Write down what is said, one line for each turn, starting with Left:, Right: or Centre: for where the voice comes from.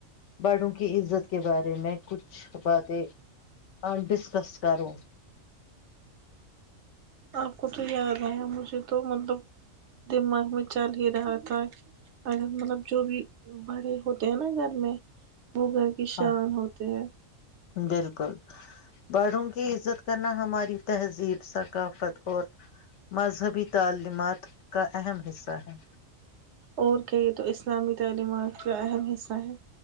Left: بڑوں کی عزت کے بارے میں کچھ باتیں ڈسکس کروں
Right: آپ کو تو یاد ہے مج تو مطلب دماغ میں چل ہی رہا تھا اگر مطلب جو بھی بڑے ہوتے ہیں نا گھر میں وہ گھر کی شان
Left: ہاں
Right: ہوتے ہیں
Left: بالکل باروں کی عزت کرنا ہماری تہذیب ثقافت اور مذہبی تعلیمات کا اہم حصہ ہے
Right: اور کہیے تو اسلامی تعلیمات کا اہم حصہ ہے